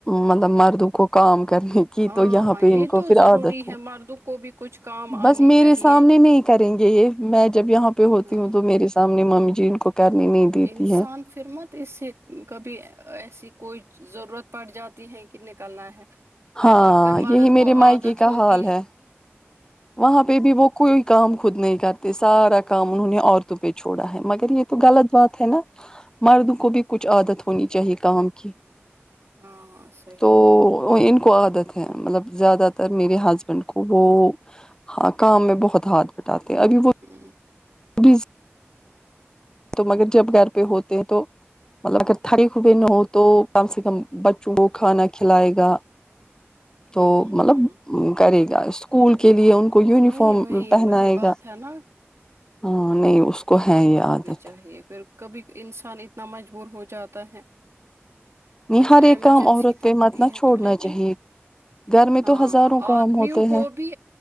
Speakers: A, on the left; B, on the right.
A: مطلب مردوں کو کام کرنے کی کی
B: ہاں
A: تو یہاں
B: ہاں
A: پہ
B: یہ
A: ان کو
B: تو
A: پھر
B: ضروری
A: عادت ہے
B: مردوں کو بھی کچھ کام آنے
A: بس میرے
B: چاہیے
A: سامنے نہیں کریںگے یہ میں جب یہاں پہ ہوتی
B: ہاں
A: ہوں تو میرے سامنے ممی جی ان کو کرنی نہیں دیتی
B: انسان
A: ہے
B: پھرمت اس سے کبھی ایسی کوئی ضرورت پڑ جاتی ہے کہ نکلنا ہے
A: ہاں
B: آب اگر مرد
A: یہی میرے
B: کو عادت
A: مائکے کا
B: ہوگی
A: حال ہے وہاں پہ بھی وہ کوئی کام خود نہیں کرتے سارا کام انہوں نے عورتوں پہ چھوڑا ہے مگر یہ تو غلط بات ہے نا مردوں کو بھی کچھ عادت ہونی چاہیے کام کی
B: ہاں صحیح
A: تو
B: ہے
A: تو ان کو عادت ہے مطلب زیادہ تر میرے ہسبینڈ کو وہ ہاں کام میں بہت ہاتھ بٹاتے ہیں ابھی وہ
B: <inaudible>
A: <unintelligible> تو مگر جب گھر پہ ہوتے ہیں تو مطلب اگر <unintelligible> ہو تو کم سے کم بچوں کو کھانا کھلائے گا تو
B: ہمم
A: مطلب
B: ہمم
A: کرے گا اسکو کول کے لیئے ان کو یونیفارم
B: وہی وہی
A: پہنائے
B: وہی بات
A: گا
B: ہے نا
A: ہاں نہیں اس کو ہے یہ عادت
B: چاہے پھر کبھی انسان اتنا مجبور ہو جاتا ہے
A: نہیں
B: کچھ
A: ہر
B: ایمرجنسی
A: ایک کام عورت
B: پڑتی
A: پہ مت نہ
B: ہے
A: چھوڑنا
B: تو لیکن
A: چاہیے گھر میں
B: ہاں
A: تو ہزاروں کام
B: آدمیوں
A: ہوتے
B: کو
A: ہیں
B: بھی